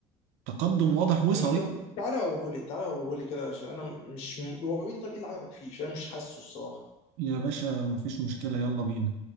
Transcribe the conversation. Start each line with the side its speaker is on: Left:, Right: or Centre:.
Right: تقدم واضح وصريح
Left: مم. طب تعالى وريهولي تعالى وريهولي كده عشان انا مش وريني طب ايه اللي عجبك فيه عشان انا مش حاسه الصراحه
Right: يا باشا مفيش مشكلة يلا بينا